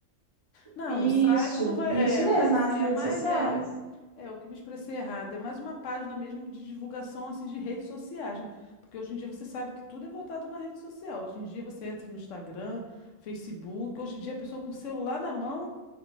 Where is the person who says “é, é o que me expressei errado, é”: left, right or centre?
Left